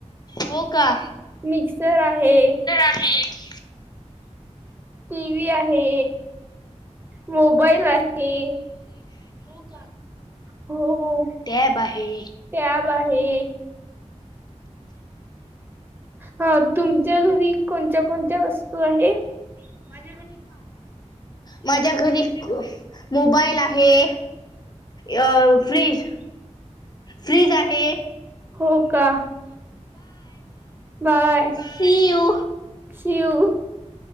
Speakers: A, on the left; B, on the right.
A: हो का
B: मिक्सर आहे.
A: आहे एक.
B: टी व्ही आहे. मोबाईल आहे. हो का? हो. हो.
A: टॅब आहे
B: टॅब आहे. हा. तुमच्या घरी कोणत्या कोणत्या वस्तू आहेत? माझ्या घरी -
A: माझ्या घरी मोबाईल आहे. अ फ्रीज- फ्रीज आहे.
B: हो का? बाय.
A: सि यु.
B: सिव.